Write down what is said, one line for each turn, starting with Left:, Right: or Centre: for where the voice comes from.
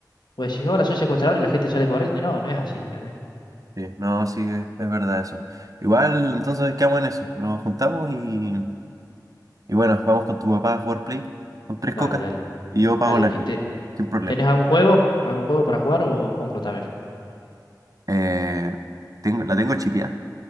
Left: Pues decís, hola, soy secuestrador y la gente sale corriendo. No, no es así, ¿entendés?
Right: Sí, no, sí, es, es verdad eso. Igual, entonces quedamos en eso. Nos juntamos y, y bueno, vamos con tu papá a jugar Play con tres
Left: Dale,
Right: cocas
Left: dale.
Right: y yo pago
Left: Dale,
Right: la
Left: que
Right: mía,
Left: te-
Right: sin problema.
Left: ¿tenés algún juego? ¿Algún juego para jugar o compro también?
Right: Eh, tengo, la tengo chipeada.